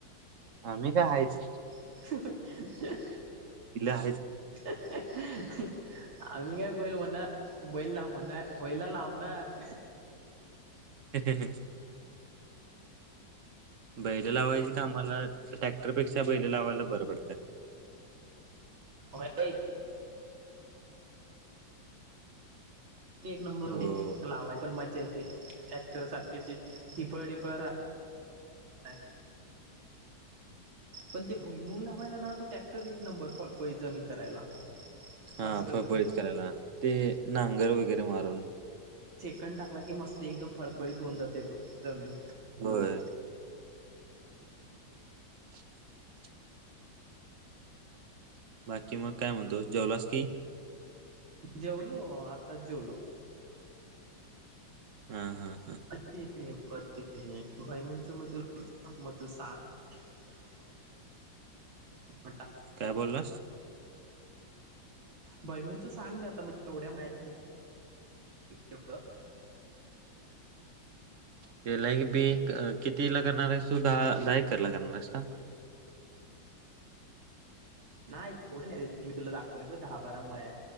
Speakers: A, on the right (about 45°); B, on the right (about 90°).
A: ह मी काय हायच.
B: अहहह
A: आहेच.
B: अहहह आम्ही काय.. बैल होणार. बैला होणार, होयला लावणार
A: ह ह ह. बैले लावायची कामाला. ट्रॅक्टरपेक्षा बैले लावायला बर पडतं.
B: <inaudible> एक नंबर
A: हो.
B: उरे. लावायला पण मजा येते, ट्रॅक्टर सारख. कस टिपळ टिपळ राहा... काय.. पण ते भुईमुग लावायला ना, तो ट्रॅक्टर एक नंबर. फळफलीत जमीन करायला.
A: हा
B: मस्त पैकी.
A: फळफळीत करायला, ते नांगर वगैरे मारून.
B: कण टाकला की मस्त, एकदम फळफळीत होऊन जाते बघ जमीन.
A: होय <inaudible> बाकी मग काय म्हणतोस? जेवलास की
B: जेवलो. आत्ताच जेवलो.
A: हम् हम्..
B: <unintelligible> <inaudible>
A: काय बोललास
B: भैमुगच सांग आता एवढ्यावढ. <inaudible>
A: त्याला हे बी किती ल.. करणार आहेस तू दहा दहा एकरला करणार आहेस का?
B: नाही एवढं नाही र, मी तुला दाखवली ब दहा बारा मळ्या